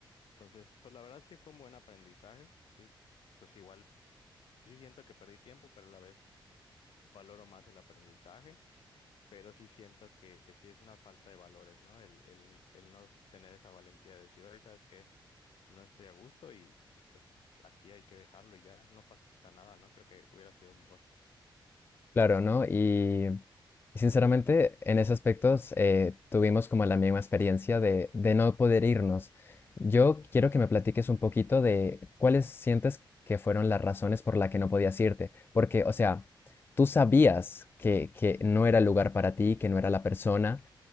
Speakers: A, on the left; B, on the left.
A: Entonces, pues la verdad sí fue un buen aprendizaje, sí. Pues igual sí siento que perdí tiempo, pero a la vez valoro más el aprendizaje, pero sí siento que, que sí es una falta de valores, ¿no? El, el, el no tener esa valentía de decir, oye, ¿sabes qué? No estoy a gusto y, y pues aquí hay que dejarlo y ya, no pasa nada, ¿no? Creo que hubiera sido mejor.
B: Claro, ¿no? Y, y sinceramente, en ese aspecto eh, tuvimos como la misma experiencia de, de no poder irnos. Yo quiero que me platiques un poquito de cuáles sientes que fueron las razones por las que no podías irte. Porque, o sea, tú sabías que, que no era el lugar para ti, que no era la persona,